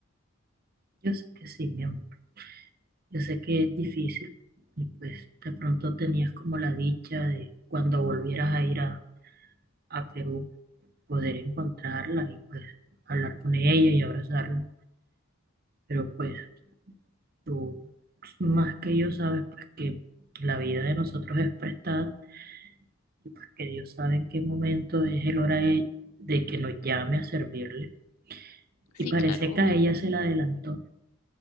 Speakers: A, on the right; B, on the left.
A: Yo sé que sí, mi amor, yo sé que es difícil y pues de pronto tenías como la dicha de cuando volvieras a ir a, a Perú poder encontrarla y pues hablar con ella y abrazarla, pero pues Tú más que yo sabes pues que la vida de nosotros es prestada y pues que Dios sabe en qué momento es el hora de, de que nos llame a servirle.
B: Sí,
A: Y parece
B: claro,
A: que
B: obvio.
A: a ella se la adelantó.